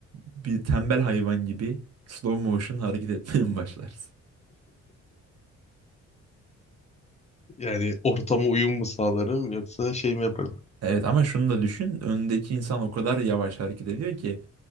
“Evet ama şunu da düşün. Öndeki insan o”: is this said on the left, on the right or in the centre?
Right